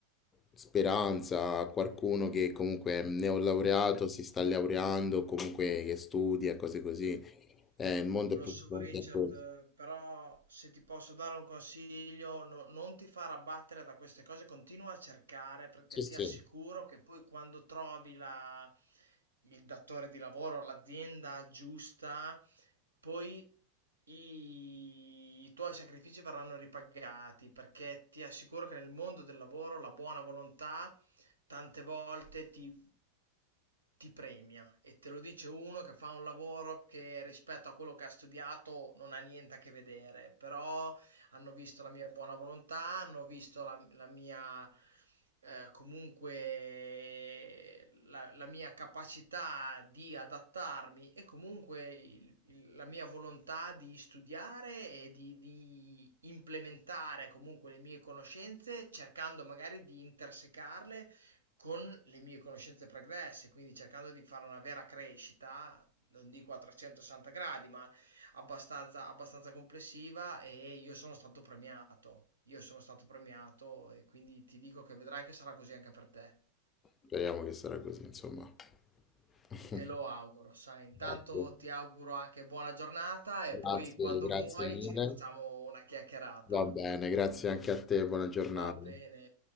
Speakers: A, on the left; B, on the right.
A: speranza a qualcuno che comunque è neolaureato, si sta laureando, comunque che studia, cose così. Eh, il mondo
B: Lo
A: è più
B: so,
A: grande
B: Richard,
A: di questo.
B: però se ti posso dare un consiglio, no- non ti far abbattere da queste cose, continua a cercare perché
A: Sì, sì.
B: ti assicuro che poi quando trovi la- il datore di lavoro, l'azienda giusta, poi i, i tuoi sacrifici verranno ripagati perché ti assicuro che nel mondo del lavoro la buona volontà tante volte ti ti premia e te lo dice uno che fa un lavoro che rispetto a quello che ha studiato non ha niente a che vedere, però hanno visto la mia buona volontà, hanno visto la, la mia eh, comunque la, la mia capacità di adattarmi e comunque il- il- la mia volontà di studiare e di, di implementare comunque le mie conoscenze cercando magari di intersecarle con le mie conoscenze pregresse, quindi cercando di fare una vera crescita, non dico a 360 gradi, ma abbastanza, abbastanza complessiva e io sono stato premiato. Io sono stato premiato e quindi ti dico che vedrai che sarà così anche per te.
A: Speriamo che sarà così, insomma. <laughs>
B: Te lo auguro, sai. Intanto
A: Grazie.
B: ti auguro anche buona giornata e
A: Grazie,
B: poi quando
A: grazie
B: vuoi
A: mille.
B: ci rifacciamo una chiacchierata.
A: Va bene, grazie anche a te, buona giornata.
B: Va bene,